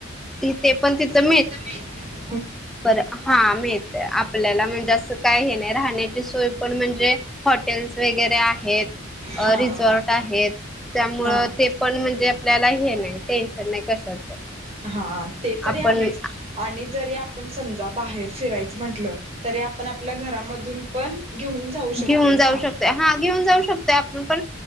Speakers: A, in the centre; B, on the right.
A: ते पण तिथं
B: तीथ मिळत्यात
A: बरं हा माहितय आपल्याला म्हणजे असं काय हे नाही राहण्याची सोय पण म्हणजे हॉटेल्स वगैरे आहेत
B: हा.
A: रिसॉर्ट आहेत त्यामुळं
B: हा.
A: ते पण म्हणजे आपल्याला हे नाही टेन्शन नाही कशाचं
B: हा ते
A: आपण
B: तरी आहेच आणि ज आपण समजा बाहेर फिरायच म्हटल तरी आपण आपल्या घरामधून पण घेऊन जाऊ
A: घेऊन
B: शकतोय ना.
A: जाऊ शकतोय हा घेऊन जाऊ शकतोय आपण पण